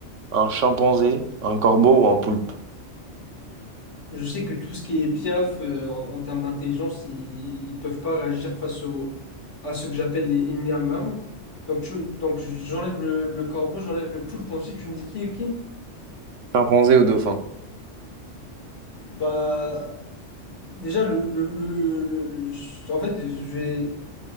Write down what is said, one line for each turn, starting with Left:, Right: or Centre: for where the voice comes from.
Right: un chimpanzé, un corbeau ou un poulpe?
Left: Je sais que tout ce qui est Piaf, euh, en, en termes d'intelligence, ils, ils peuvent pas réagir face au, à ce que j'appelle les Nyamam. Donc, tu- donc j'enlève le, le corbeau, j'enlève le poulpe, ensuite tu me dis qui est qui?
Right: Chimpanzé ou dauphin?
Left: Bah, déjà, le, le, le, le- le- je- en fait, je vais,